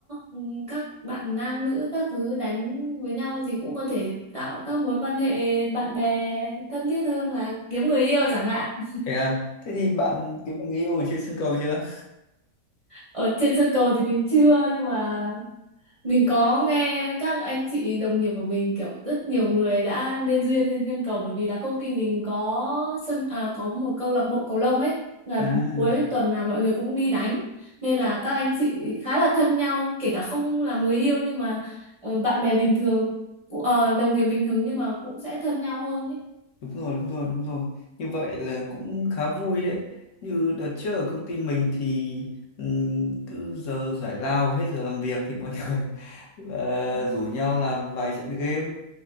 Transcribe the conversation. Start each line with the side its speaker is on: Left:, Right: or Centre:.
Right: ừ, các bạn nam nữ các thứ đánh với nhau thì cũng có thể tạo các mối quan hệ bạn bè thân thiết hơn là kiếm người yêu chẳng hạn
Left: thế à thế thì bạn kiếm được người yêu ở trên sân cầu chưa
Right: ở trên sân cầu thì mình chưa nhưng mà mình có nghe các anh chị đồng nghiệp của mình kiểu rất nhiều người đã nên duyên trên thiên cầu bởi vì là công ty mình có sân à, có một câu lạc bộ cầu lông ấy là
Left: à
Right: cuối tuần nào mọi người cũng đi đánh nên là các anh chị khá là thân nhau kể cả không làm người yêu nhưng mà ờ, bạn bè bình thường cũng- ờ, đồng nghiệp bình thường nhưng mà cũng sẽ thân nhau hơn ấy
Left: đúng rồi đúng rồi đúng rồi như vậy là cũng khá vui đấy như đợt trước ở công ty mình thì ừm, cứ giờ giải lao hết giờ làm việc thì mọi người <laughs> là rủ nhau làm vài trận game